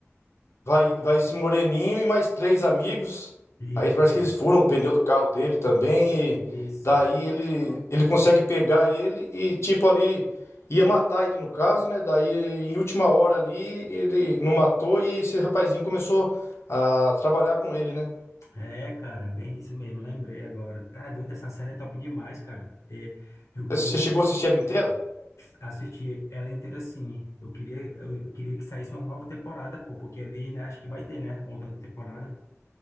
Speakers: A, on the left; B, on the left.
A: Vai, vai esse Moreninho e mais três amigos.
B: Isso,
A: Aí parece que eles furam o pneu do carro dele também. E
B: isso.
A: daí ele, ele consegue pegar ele e, tipo, ali ia matar ele no caso, né? Daí, em última hora ali, ele não matou e esse rapazinho começou a trabalhar com ele, né?
B: É, cara, é bem isso mesmo, lembrei agora. Tá doido, essa série é top demais, cara. É, eu queria
A: Você chegou a assistir ela inteira?
B: assistir ela inteira assim. Eu queria, eu queria que saísse uma nova temporada, pô, porque ali, né, acho que vai ter, né, outra temporada.